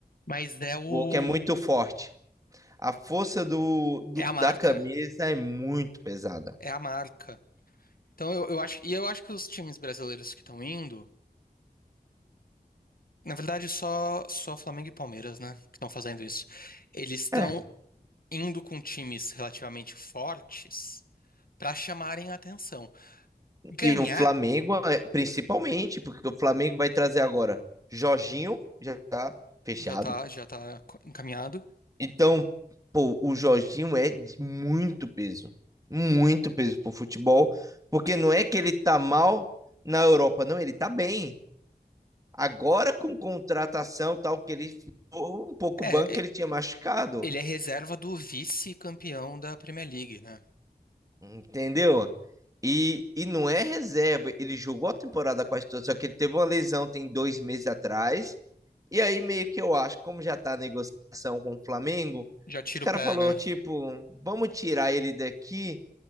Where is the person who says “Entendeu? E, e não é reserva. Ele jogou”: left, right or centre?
Right